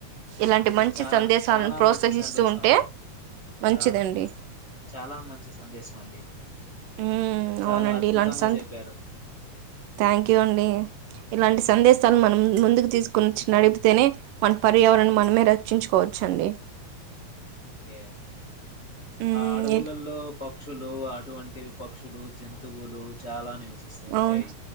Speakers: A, on the right; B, on the left.
A: ఇలాంటి మంచి
B: చాలా
A: సందేశాలను
B: చాలా
A: ప్రోత్సహిస్తూ
B: మంచి సందేశం
A: ఉంటే
B: అండి
A: మంచిదండి
B: ఆ చాలా మంచి సందేశం అండి
A: ఉమ్
B: చాలా
A: అవునండి
B: అద్భుతంగా
A: ఇలాంటి సంత
B: చెప్పారు
A: థ్యాంక్ యూ అండి ఇలాంటి సందేశాలు మనం ముందుకు తీసుకుని నడుపు తేనే మన పర్యావరణం మనమే రక్షించుకోవచ్చండి
B: ఓకే
A: ఉమ్
B: అడవులల్లో ప క్షులు అటువంటి పక్షులు జంతువులు చాలా ని సిస్తు ఉంటాయి
A: అవును